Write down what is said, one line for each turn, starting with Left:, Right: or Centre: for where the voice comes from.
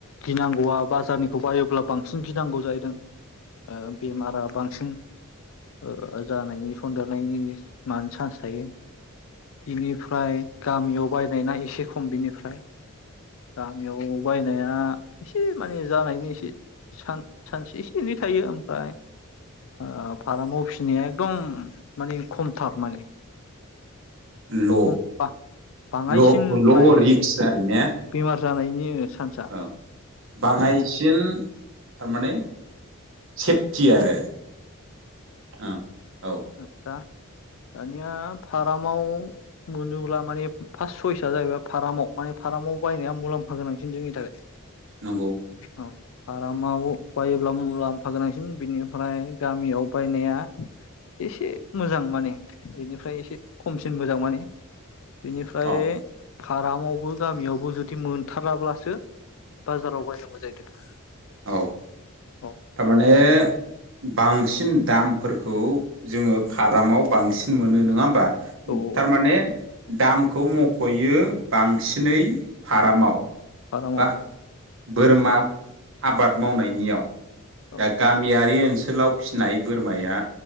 Left: गिनांगौआ बाजारनिखौ बायोब्ला बांसिन गिनांगौ जाहैदों ओ बेमारा बांसिन ओ जानायनि सन्देरनायनि मानो चान्स थायो बिनिफ्राय गामियाव बायनायना एसे खम बिनिफ्राय गामियाव बायनाया एसे माने जानायनि एसे सान-सानसे एसे एनै थायो ओमफ्राय ओ फारामाव फिसिनाया एकदम माने खमथार माने
Right: ल'
Left: खम बा बाङायसिन
Right: ल' ल'
Left: माने
Right: रिक्स आरि ने
Left: बेमार जानायनि सान
Right: औ बाङायसिन थारमाने सेफटि आरो ओं औ
Left: आ दा दानिया फारामाव मोनोब्ला माने फार्स्ट सयसा जाहैबाय फारामाव माने फार्ामाव बायनाया मुलाम्फा गोनांसिन जोंनि थाखाय
Right: नंगौ
Left: औ। फार्ामाव बायोब्ला मुलाम्फा गोनांसिन बिनिफ्राय गामियाव बायनाया एसे मोजां माने बेनिफ्राय एसे खमसिन मोजां माने बेनिफ्राय
Right: औ
Left: फारामावबो गामियावबो जुदि मोनथाराब्लासो बाजाराव बायनांगौ जाहैदों
Right: औ
Left: औ
Right: थारमाने बांसिन दामफोरखौ जोङो फारामाव बांसिन मोनो नङा होमबा
Left: औ
Right: थारमाने
Left: औ
Right: दामखौ मख'यो बांसिनै फारामाव
Left: फारमाव
Right: बा
Left: औ
Right: बोरमा आबाद मावनायनियाव
Left: औ
Right: दा गामियारि ओनसोलाव फिसिनाय बोरमाया